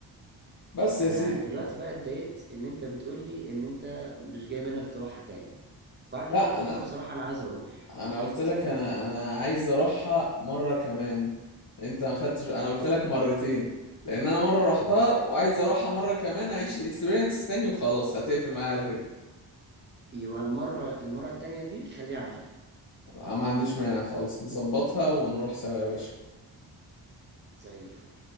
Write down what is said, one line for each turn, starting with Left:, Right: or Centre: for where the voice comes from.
Left: بس يا
Right: انا
Left: سيدي
Right: دلوقتي بقى اتضايقت ان انت بتقول لي ان انت مش جاي منك تروحها تاني بعد اللي
Left: لا
Right: انت
Left: انا
Right: قلته ده بصراحة انا عايز اروح
Left: انا قلت لك انا انا عايز اروحها مره كمان انت ما خدتش انا قلت
Right: خلاص
Left: لك مرتين لان انا مره رحتها
Right: ال...
Left: وعايز اروحها مره كمان
Right: آه.
Left: اعيش الاكسبيرينس تاني وخلاص هتقفل معايا على كده
Right: يبقى المرة المرة التانية دي خليها معايا
Left: ما عنديش مانع خالص نظبطها ونروح سوا يا باشا
Right: زي الفل